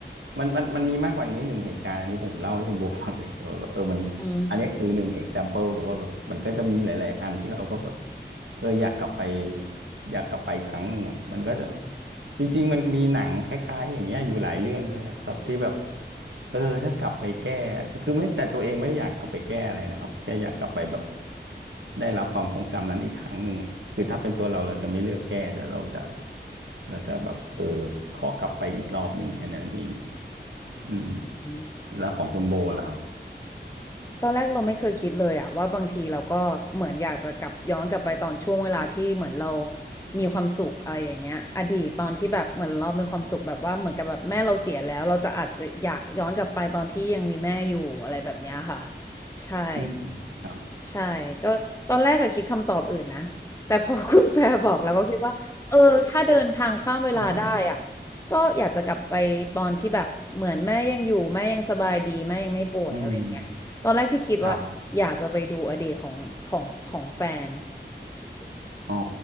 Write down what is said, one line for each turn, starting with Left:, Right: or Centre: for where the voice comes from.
Right: มันมันมันมีมากกว่านี้หนึ่งเหตุการณ์อันนี้ผมเล่าให้คุณโบฟังเฉยๆว่าแบบเออมัน
Left: อ
Right: อันนี้คือหนึ่ง example หรือว่าแบบมันก็จะมีหลายๆอันที่เราก็แบบเอออยากกลับไปอยากกลับไปอีกครั้งหนึ่งอ่ะมันก็จะจริงๆมันมีหนังคล้ายๆอย่างเงี้ยอยู่หลายเรื่องเลยอะครับที่แบบเออถ้ากลับไปแก้คือไม่แต่ตัวเองไม่ได้อยากกลับไปแก้อะไรนะครับแค่อยากกลับไปแบบได้รับความทรงจำนั้นอีกครั้งหนึ่งอ่ะคือถ้าเป็นตัวเราเราจะไม่เลือกแก้แต่เราจะเราจะแบบเออขอกลับไปอีกรอบหนึ่งแค่นั้นเองอืม
Left: ืม
Right: แล้วของคุณโบล่ะครับ
Left: ตอนแรกเราไม่เคยคิดเลยอะว่าบางทีเราก็เหมือนอยากจะกลับย้อนกลับไปตอนช่วงเวลาที่เหมือนเรามีความสุขอะไรอย่างเงี้ยอดีตตอนที่แบบเหมือนเรามีความสุขแบบว่าเหมือนกับแบบแม่เราเสียแล้วเราจะอาจจะอยากย้อนกลับไปตอนที่ยังมีแม่อยู่อะไรแบบเนี้ยค่ะใช่
Right: อืมครั
Left: ใช่ก็ตอนแรกก็คิดคำตอบอื่นนะแต่พอ <laughs> คุณแพรบอกเราก็คิดว่าเออถ้าเดินทางข้ามเวลาได้อะ
Right: บ
Left: ก็อยากจะกลับไปตอนที่แบบเหมือนแม่ยังอยู่แม่ยังสบายดีแม่ยังไม่ป่วยอะไรเงี้ยตอนแรกที่คิดว่าอยากจะไปดูอดีตของของของแฟน
Right: อืมครับอ๋อ